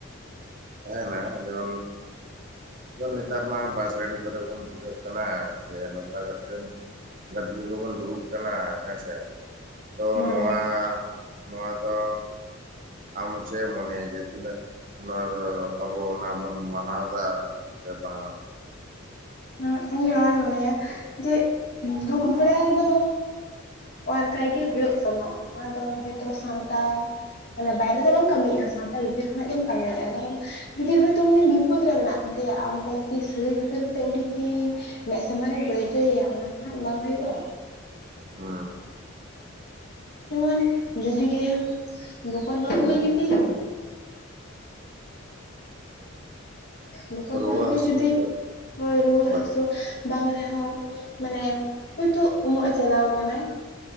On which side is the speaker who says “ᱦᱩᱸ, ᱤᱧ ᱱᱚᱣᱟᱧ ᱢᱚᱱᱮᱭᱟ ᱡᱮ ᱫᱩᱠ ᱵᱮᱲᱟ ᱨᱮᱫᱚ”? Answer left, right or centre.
Left